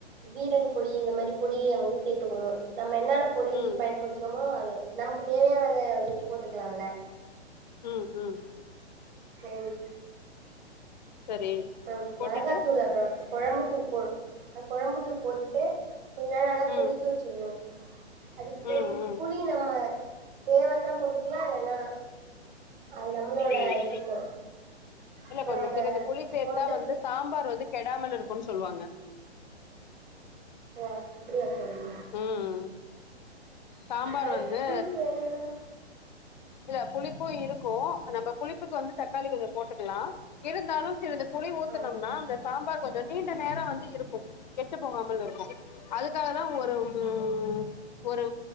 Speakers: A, on the right (about 50°); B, on the left (about 45°).
A: சீரக பொடி இந்த மாரி பொடிய வந்து சேத்துக்கணு நம்ம என்னான பொடி
B: ம்
A: பயன்படுத்துறோமோ அது நமக்கு தேவையானத உரிச் போட்டுக்கலா அல
B: ம் ம்
A: தென்
B: சரி
A: அப்பறம்
B: போட்டுட்டு
A: மெளகாத்தூள் அப்பற கொழம்புத்தூள் போ அ கொழம்புத்தூள் போட்டுட்டு கொஞ்ச நேர் நல்லா கொதிக்க
B: ம்
A: வச்சிர் ணு அதுக்கப்பறோ
B: ம் ம்
A: புளி நம்ம தேவன்னா போட்டுக்கலா இல்லன்னா அது நம்மளோட
B: ம்
A: விருப்போ
B: இல்ல
A: அப்புறோ
B: கொஞ்சோ
A: அத
B: சிலது புளி சேத்தா
A: போட்டுட்டு
B: வந்து
A: ஃபுல்லா
B: சாம்பார் வந்து கெடாமல் இருக்குன் சொல்வாங்க
A: ஓ அப்பிடியா தோழி
B: ம் சாம்பார்
A: எனக்கு
B: வந்து
A: புளிப்பு வேணுன்னா
B: இல்ல புளிப்பு இருக்கு நம்ம புளிப்புக்கு வந்து தக்காளி கொஞ்சோ போட்டுக்லா இருந்தாலு சிறிது புளி ஊத்தனம்னா
A: ஆ
B: அந்த சாம்பார் கொஞ்சோ நீண்ட நேரோ வந்து இருக்கு கெட்டு போகாமல் இருக்கு அதுக்காகதா ஒரு ம் ஒரு